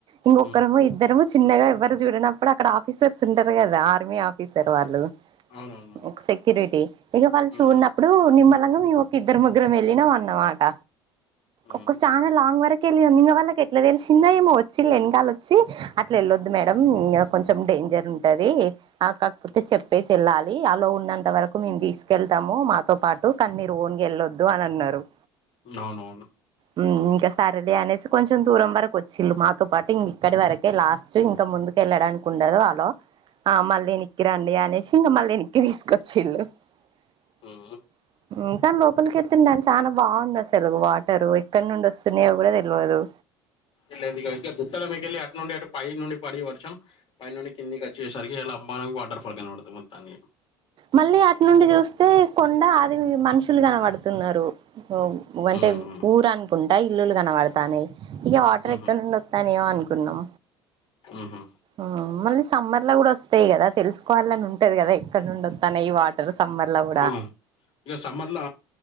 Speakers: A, on the right (about 40°); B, on the left (about 45°).
A: ఇంగొకర్రము
B: ఉమ్
A: ఇద్దరము చిన్నగా ఎవరు చూడనప్పుడు అక్కడ ఆఫీసర్స్ ఉంటరు కదా ఆర్మీ ఆఫీసర్ వాళ్ళు
B: అవునవును
A: ఒక సెక్యూరిటీ ఇక వాళ్ళు చూన్నప్పుడూ
B: ఉమ్
A: నిమ్మ లంగ మేము ఒక ఇద్దరు ముగ్గరం వెళ్ళినాం అన్నమాట
B: ఉమ్
A: ఒక్క చాన లాంగ్ వరకు కెళ్ళినం ఇంగ వాళ్ళకి ఎట్ల తెలిసిందో ఏమో వచ్చిల్ వెనకాల వచ్చి అట్ల వెళ్ళొద్దు
B: ఉమ్
A: మేడం కొంచెం డేంజర్ ఉంటదీ ఆ కాకపోతే
B: ఉమ్
A: చెప్పేసి వెళ్ళాలి దీ అలో ఉన్నంత వరకు మేము తీసుకెళ్తాము మాతో పాటు కానీ మీరు ఓన్గా వెళ్ళొద్దు అని అన్నారు <unintelligible>
B: ఊ నవునవును
A: ఊ ఇంక సరేలే అనేసి కొంచెం దూరం వరకు వచ్చిళ్ళు మాతో పాటి ఇంక ఇక్కడి వరక్ కే లాస్టు ఇంక ముందుకు వెళ్ళడానికి ఉండదు అలో ఆ మళ్ళీ ఎనిక్కి రాండి అనేసి ఇంక మళ్ళీ ఎనిక్కి తీసుకొచ్చిళ్ళు <unintelligible>
B: ఉమ్
A: లోనికెల్తున్ డ్యాం చాన బాగుంది అసలు వాటరు ఎక్కడ నుండి వస్తున్నయో కూడ తెలవదు
B: ఇల్ల ఇదిగా ఇగ గుట్టల మీదికెళ్ళి అటు నుండి అటు పై నుండి పడి వర్షం పైనుండి కిందికి వచ్చే సరికి అలా మనకు వాటర్ఫాల్ గా కనపడతది మొత్తానికి.
A: మళ్ళీ అటునుండి చూస్తే కొండ అది మనుషులు కనబడ తున్నారు ఉ అంటే
B: ఉమ్
A: ఊరు అనుకుంటా ఇల్లులు కనబడుతాన్నాయి. ఇక వాటర్
B: ఉహు
A: ఎక్కడినుండి వత్తాన్నాయో అనుకున్నాం.
B: ఉహు
A: ఊ మళ్ళీ సమ్మర్ లో కూడా వస్తాయి కదా! తెలుసుకోవల్లని ఉంటది కదా, ఎక్కడ నుండి వత్తాన్నాయి ఈ వాట్ ఏదో సమ్మర్ లవ్
B: ఆ ఇక సమ్మర్ ల